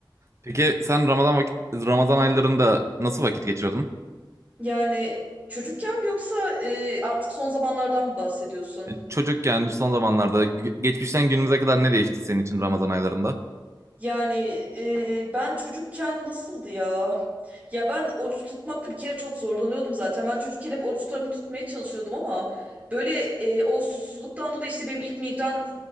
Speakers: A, on the right; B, on the right.
A: Peki sen Ramazan vakit Ramazan aylarında nasıl vakit geçiriyordun?
B: Yani çocukken mi yoksa e, artık son zamanlardan mı bahsediyorsun?
A: E, Çocukken son zamanlarda ge- geçmişten günümüze kadar ne değişti senin için Ramazan aylarında?
B: Yani e, ben çocukken nasıldı ya? Ya ben oruç tutmakta bir kere çok zorlanıyordum zaten. Ben çocukken hep oruçlarımı tutmaya çalışıyordum ama böyle e, o susuzluktan dolayı işte benim ilk migren